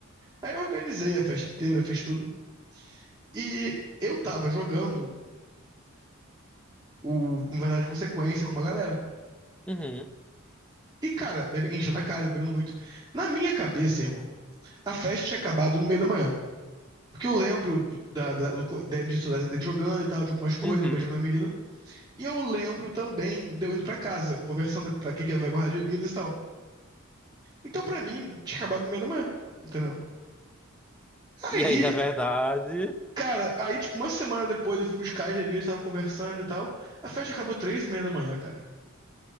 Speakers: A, on the right; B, in the centre.
A: Aí eu organizei a festa inteira, fiz tudo. E eu tava jogando o Verdade e Consequência com uma galera.
B: uhum,
A: E, cara, bebe- enchendo a cara, bebendo muito. Na minha cabeça, irmão. a festa tinha acabado no meio da manhã. Porque eu lembro da, da, do, da, disso, dessa de jogando e tal, de algumas coisas,
B: uhum.
A: eu beijando a menina. E eu lembro também de eu indo pra casa, conversando pra quem que vai guardar as bebidas e tal. Então, pra mim, tinha acabado no meio da manhã, entendeu?
B: E
A: Aí,
B: aí, a verdade.
A: cara, aí, tipo, uma semana depois eu fui buscar as bebidas, tava conversando e tal. A festa acabou três e meia da manhã, cara.